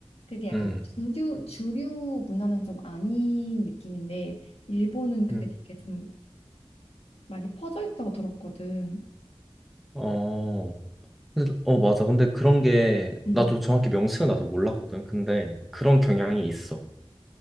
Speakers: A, on the left; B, in the centre.
A: 그게 약간
B: 음.
A: 주류 주류 문화는 좀 아닌 느낌인데 일본은 그게
B: 음.
A: 되게 좀 많이 퍼져 있다고 들었거든.
B: 어. 근데- 어 맞아 근데 그런 게
A: 음,
B: 나도 정확히 명칭은 나도 몰랐거든 근데 그런 경향이 있어